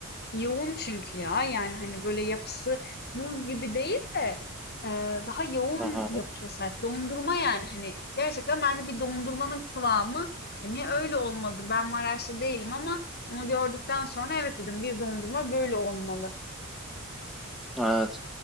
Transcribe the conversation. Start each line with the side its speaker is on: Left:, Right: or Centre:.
Left: Yoğun çünkü ya. Yani hani böyle yapısı buz gibi değil de e, daha yoğun
Centre: Hı hı,
Left: yapıya sahip. Dondurma yani hani gerçekten bence bir dondurmanın kıvamı hani öyle olmalı. Ben Maraşlı değilim ama onu gördükten sonra evet dedim bir dondurma böyle olmalı.
Centre: evet.